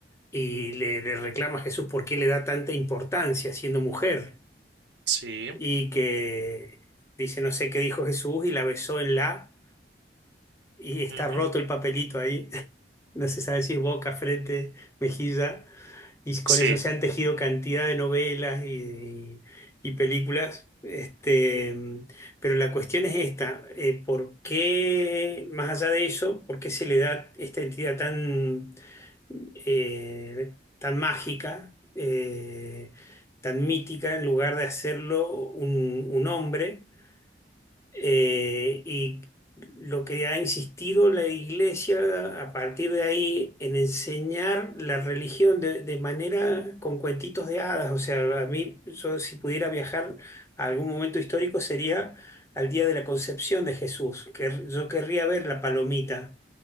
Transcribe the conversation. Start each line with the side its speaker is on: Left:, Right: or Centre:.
Left: y le, le reclama a Jesús por qué le da tanta importancia siendo mujer.
Right: Sí,
Left: y que dice, no sé qué dijo Jesús y la besó en la, y está
Right: ujú,
Left: roto el papelito ahí, <laughs> no se sabe si es boca, frente, mejilla, y con
Right: sí.
Left: eso se han tejido cantidad de novelas y, y películas. Este, mm, pero la cuestión es esta, eh, ¿por qué, más allá de eso, por qué se le da esta entidad tan, eh, tan mágica, eh, tan mítica, en lugar de hacerlo un un hombre? Eh, y lo que ha insistido la iglesia a partir de ahí en enseñar la religión de, de manera con cuentitos de hadas. O sea, a mí, yo si pudiera viajar a algún momento histórico sería al día de la concepción de Jesús, que yo querría ver la palomita